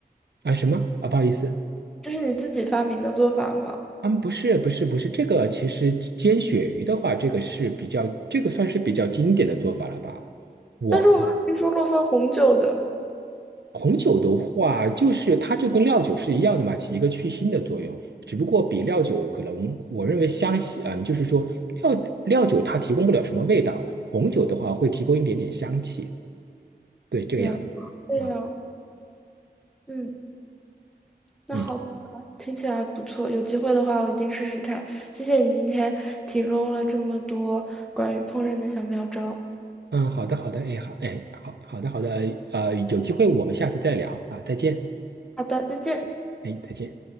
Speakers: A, on the right; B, in the centre.
A: 啊，什么啊，不好意思。
B: 这是你自己发明的做法吗？
A: 嗯，不是，不是，不是，这个其实煎鳕鱼的话，这个是比较，这个算是比较经典的做法了吧？我
B: 但是我们听说过放红酒的，
A: 红酒的话，就是它就跟料酒是一样的嘛，起一个去腥的作用，只不过比料酒可能我认为香气，嗯，就是说料料酒它提供不了什么味道，红酒的话会提供一点点香气，对，这个样子。
B: 原来这样。
A: 啊，
B: 嗯。那好吧，
A: 嗯
B: 听起来不错。有机会的话，我一定试试看。谢谢你今天提供了这么多关于烹饪的小妙招。
A: 嗯，好的，好的，哎，好，哎，好，好的，好的，呃，呃有机会我们下次再聊啊，再见，
B: 好的，再见。
A: 哎，再见。